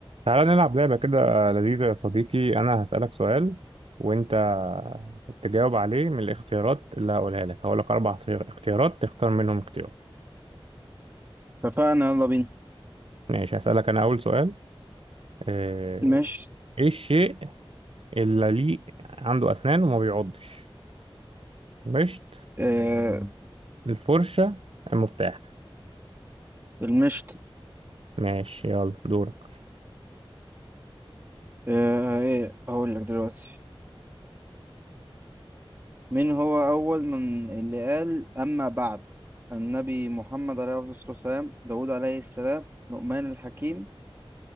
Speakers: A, on the right (about 75°); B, on the right (about 25°).
A: تعالى نلعب لعبة كده لذيذة يا صديقي أنا هسألك سؤال وأنت تجاوب عليه من الاختيارات اللي هقولها لك هقول لك أربع اختيار- اختيارات تختار منهم اختيار
B: اتفقنا يلا بينا
A: ماشي هسألك أنا أول سؤال آه،
B: مشت
A: إيه الشيء اللي ليه عنده أسنان وما بيعضش مشت
B: آه
A: الفرشة المفتاح
B: المشت
A: ماشي يلا دورك
B: آه ايه هقول لك دلوقتي مين هو اول من اللي قال اما بعد النبي محمد عليه الصلاة والسلام داود عليه السلام لقمان الحكيم